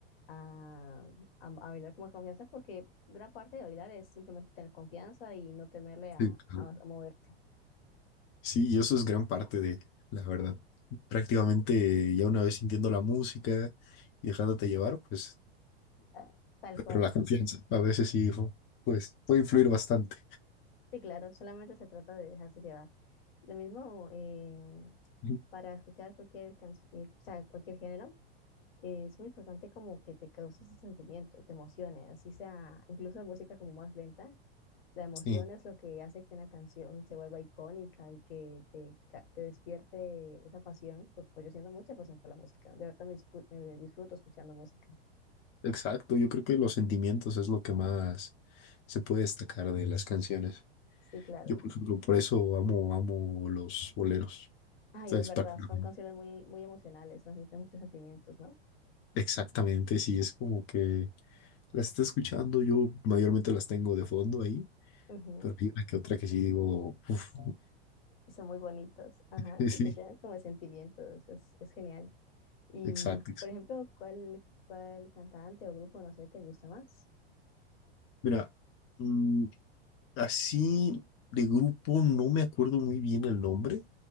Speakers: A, on the left (about 65°); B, on the left (about 40°).
A: a, a, a bailar con más confianza, porque gran parte de bailar es simplemente tener confianza y no temerle a,
B: Sí, claro.
A: a a moverte.
B: Sí, y eso es gran parte de, la verdad. Prácticamente ya una vez sintiendo la música y dejándote llevar, pues...
A: Ah, Tal cual.
B: Pero la confianza, a veces sí, pues puede influir bastante.
A: Sí, claro, solamente se trata de dejarse llevar. Lo mismo eh,
B: Ujú.
A: para escuchar cualquier canción, o sea, cualquier género, eh, es muy importante como que te cause ese sentimiento y te emocione, así sea, incluso música como más lenta, la emoción
B: Sí,
A: es lo que hace que una canción se vuelva icónica y que te, ca- te despierte esa pasión, porque pues, yo siento mucha pasión por la música, de verdad me, discu- me disfruto escuchando música.
B: exacto. Yo creo que los sentimientos es lo que más se puede destacar de las canciones.
A: Sí, claro.
B: Yo, por ejemplo, por eso amo, amo los boleros.
A: Ay,
B: Entonces,
A: es verdad,
B: prácticamente.
A: son canciones muy, muy emocionales, transmiten muchos sentimientos, ¿no?
B: Exactamente, sí, es como que la está escuchando, yo mayormente las tengo de fondo ahí,
A: Ujú.
B: pero hay una que otra que sí digo, uf,
A: y son muy bonitos, ajá,
B: <laughs> sí,
A: y te llenan como de sentimientos, es, es genial. Y,
B: exacto. ex-
A: por ejemplo, ¿cuál, cuál cantante o grupo, no sé, te gusta más?
B: Mira, mm, Así de grupo, no me acuerdo muy bien el nombre,